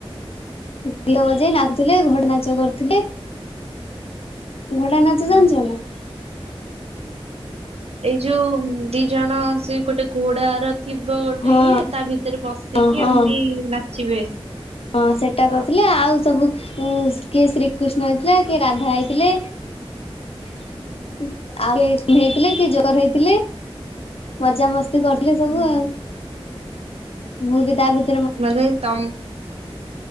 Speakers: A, on the left; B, on the right.
A: ଗୀତ ବଜେଇ ନାଚୁଥିଲେ ଘୋଡା‌ ନାଚ କରିଥିଲେ। ଘୋଡା ନାଚ
B: ହୁଁ।
A: ଜାଣିଛ ନା।
B: ଏଇ ଯୋଉ ଦି ଜଣ ସେ ଗୋଟେ ଘୋଡାର ଥିବ ଗୋଟେ
A: ହଁ
B: ଇଏ ତା ଭିତ ଭିତରେ ବସିକି
A: ହଁ ହଁ
B: ଏମିତି ନାଚିବେ।
A: ହଁ ସେଇଟା
B: ତ
A: କରିଥିଲେ ଆଉ ସବୁ ଉ କିଏ ଶ୍ରୀକୃଷ୍ଣ ହେଇଥିଲା କିଏ ରାଧା ହେଇଥିଲେ। <unintelligible> ହେଇଥିଲେ କିଏ ଜୋକର ହେଇଥିଲେ। ମଜା ମସ୍ ସ୍ତି କରିଥିଲେ ସବୁ
B: ହୁଁ।
A: ଆଉ। ମୁଁ ବି ତା ଭିତ
B: ମାନେ ତମ